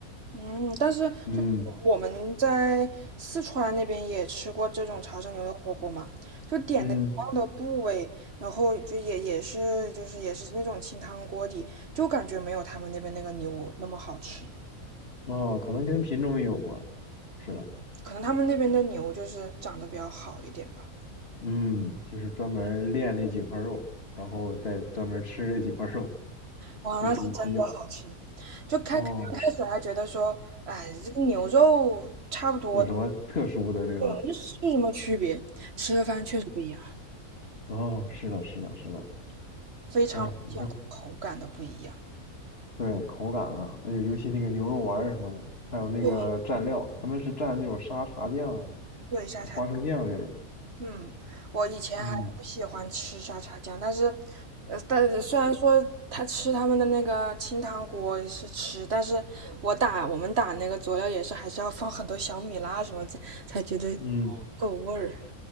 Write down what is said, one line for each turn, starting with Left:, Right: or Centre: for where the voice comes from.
Right: 嗯，但是就是我们在四川那边也吃过这种潮汕牛肉火锅嘛，
Left: 嗯
Right: 就点的一样的部位，
Left: 嗯，
Right: 然后就也也是就是也是那种清汤锅底，就感觉没有他们那边那个牛那么好吃，
Left: 哦，可能跟品种也有关，是的。
Right: 可能他们那边的牛就是长得比较好一点吧。
Left: 嗯，就是专门儿练那几块肉，然后再专门儿吃那几块肉，
Right: 哇，
Left: 就比比较
Right: 那是真的好吃！就开开开始还觉得说，
Left: 哦，是
Right: 哎，这个牛肉差不多，
Left: 有什么特殊的对吧？
Right: 那是什么区别？吃了饭确实不一样，
Left: 哦，是的，是的，是的。
Right: 非常明显的口感的不一样。
Left: 哎，你这对口感啊，哎呦，尤其那个牛肉丸儿什么的，还有那个蘸料，
Right: 对。
Left: 他们是蘸那种沙茶酱、
Right: 对，沙茶，
Left: 花生酱那种。
Right: 嗯，我以前还不喜欢吃沙茶酱，
Left: 嗯
Right: 但是，呃，但是虽然说他吃他们的那个清汤锅是吃，但是我打我们打那个佐料也是还是要放很多小米辣什么才才觉得
Left: 嗯
Right: 够味儿。